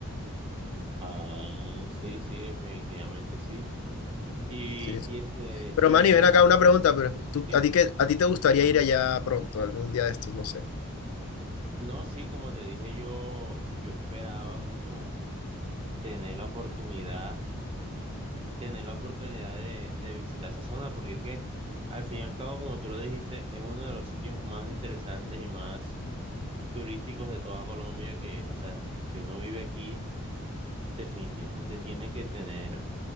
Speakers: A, on the right; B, on the left.
A: Ah, sí, sí, definitivamente sí. Y,
B: sí, sí.
A: y este,
B: Pero
A: y
B: Manny,
A: ven
B: ven
A: acá,
B: acá una pregunta, pero tú,
A: dime.
B: ¿a ti qué- a ti te gustaría ir allá pronto, algún día de estos? No sé.
A: No, sí, como te dije, yo, yo esperaba como tener la oportunidad, tener la oportunidad de, de visitar esa zona, porque es que al fin y al cabo, como tú lo dijiste, es uno de los sitios más interesantes y más turísticos de toda Colombia que, o sea, si uno vive aquí, definitivamente tiene que tener